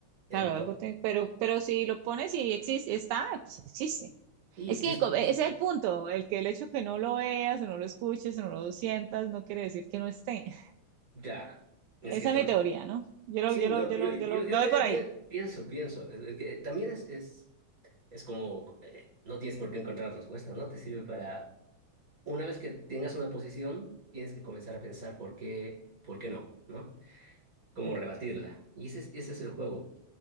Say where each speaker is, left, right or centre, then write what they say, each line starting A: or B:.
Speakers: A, on the right (about 30°); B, on the right (about 85°).
A: Entonces,
B: Claro, algo te- pero, pero si lo pones y existe, está, pues existe.
A: y
B: Es que
A: es,
B: co- ese
A: es-
B: es el punto, el que el hecho que no lo veas o no lo escuches o no lo sientas no quiere decir que no esté. <laughs>
A: claro, es
B: Esa
A: que tam-
B: es mi teoría, ¿no? Yo lo,
A: sí,
B: yo
A: no,
B: lo, yo
A: yo,
B: lo,
A: yo,
B: yo lo,
A: yo
B: me
A: también
B: voy por ahí.
A: pien- pienso, pienso, es, es que también es, es, es como, eh, no tienes por qué encontrar respuesta, ¿no? Te sirve para Una vez que tengas una posición, tienes que comenzar a pensar por qué, por qué no, ¿no? Cómo
B: Sí.
A: rebatirla. Y ese es, ese es el juego.